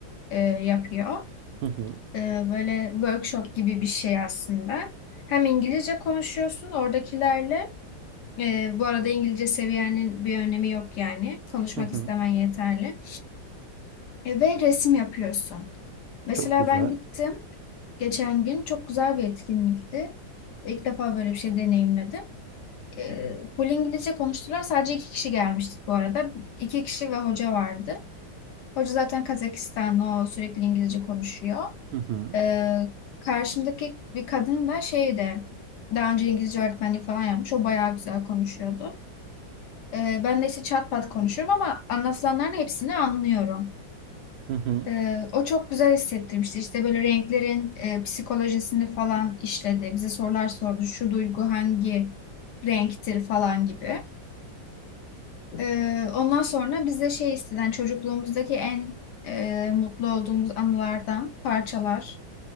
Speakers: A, on the left; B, on the right.
A: e, yapıyor.
B: Hı hı.
A: e, böyle workshop gibi bir şey aslında. Hem İngilizce konuşuyorsun oradakilerle. E, bu arada İngilizce seviyenin bir önemi yok yani. Konuşmak
B: Hı hı.
A: istemen yeterli. E, ve resim yapıyorsun. Mesela
B: Çok güzel.
A: ben gittim geçen gün. Çok güzel bir etkinlikti. İlk defa böyle bir şey deneyimledim. E, full İngilizce konuştular. Sadece iki kişi gelmiştik bu arada. İki kişi ve hoca vardı. Hoca zaten Kazakistanlı, o sürekli İngilizce konuşuyor.
B: Hı hı.
A: Ee, karşımdaki bir kadın da şeyde daha önce İngilizce öğretmenliği falan yapmış. O bayağı güzel konuşuyordu. Ee, ben de işte çat pat konuşuyorum ama anlatılanların hepsini anlıyorum.
B: Hı hı.
A: Ee, o çok güzel hissettirmişti. İşte böyle renklerin e, psikolojisini falan işledi. Bize sorular sordu. Şu duygu hangi renktir falan gibi. Ee, ondan sonra bize şey isteden çocukluğumuzdaki en e, mutlu olduğumuz anılardan parçalar